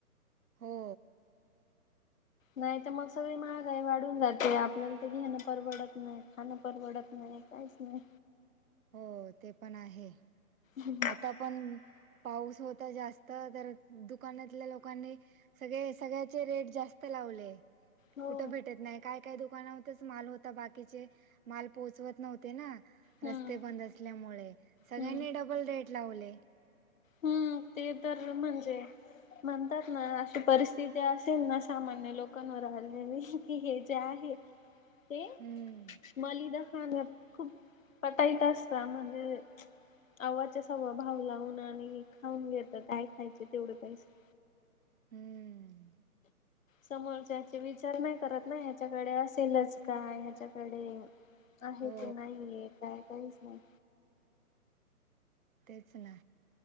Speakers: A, on the right; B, on the left.
A: हो
B: नाही तर मग सगळी महागाई वाढून जाते. 'आपल्याला ते घेणं परवडत नाही, खाणं परवडत नाही. नाही काहीच नाही.
A: हो ते पण आहे.
B: हह
A: आता पण पाऊस होता. जास्त तर दुकानातल्या लोकांनी सगळे सगळ्याचे रेट जास्त लावले.
B: हो
A: कुठे भेटत नाही. काय काय दुकानातच माल होता. बाकीचे माल पोहोचवत नव्हते ना. रस्ते
B: हम्म
A: बंद असल्यामुळे सगळ्यांनी
B: हम्म
A: डबल रेट लावले.
B: हू ते तर म्हणजे म्हणतात ना अशी परिस्थिती असेल. ना सामान्य लोकांवर आलेली की हे जे आहे.
A: <inaudible>
B: ते
A: हम्म
B: मालिदा खाना खूप पटाईट असता म्हणजे आव्हाच्या, सव्वा भाव लावून आणि खाऊन घेत काय खायचे तेवढे पैसे
A: हम्म
B: समोरच्याचे विचार नाही. 'करत ना ह्याच्याकडे असेलच का ह्याच्याकडे आहे
A: हो
B: की नाही ये, काय काहीच नाही.
A: तेच ना